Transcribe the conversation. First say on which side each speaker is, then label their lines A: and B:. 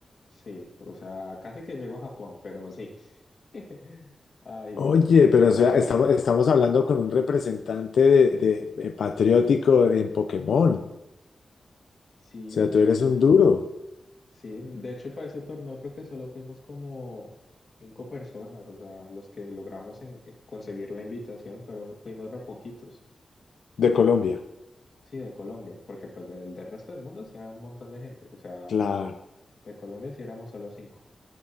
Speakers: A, on the left; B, on the left.
A: sí, o sea, casi que llego a Japón, pero sí. <laughs> Hay
B: Oye,
A: una experiencia
B: pero o sea,
A: única.
B: estamos, estamos hablando con un representante de, de- eh, patriótico en Pokémon. O
A: Sí,
B: sea,
A: de hecho,
B: tú eres
A: sí.
B: un duro
A: Sí, de hecho, para ese torneo creo que solo fuimos como cinco personas, o sea, los que logramos en- eh, conseguir la invitación, pero fuimos re poquitos.
B: de Colombia.
A: Sí, de Colombia, porque pues del, del resto del mundo sí había un montón de gente, o sea,
B: Claro.
A: de Colombia sí éramos solo cinco.